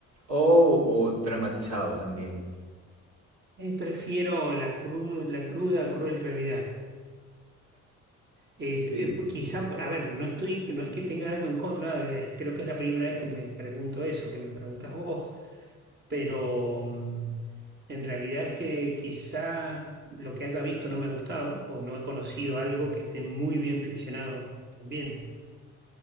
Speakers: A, on the right (about 65°); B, on the right (about 35°).
A: o, o dramatizado también?
B: Eh, prefiero la cruda, la cruda, cruel realidad. Es,
A: Sí.
B: eh, pues, quizá, a ver, no estoy, no es que tenga algo en contra, nada, eh, creo que es la primera vez que me pregunto eso, que me preguntas vos, pero mm, en realidad es que quizá lo que haya visto no me ha gustado o no he conocido algo que esté muy bien ficcionado también.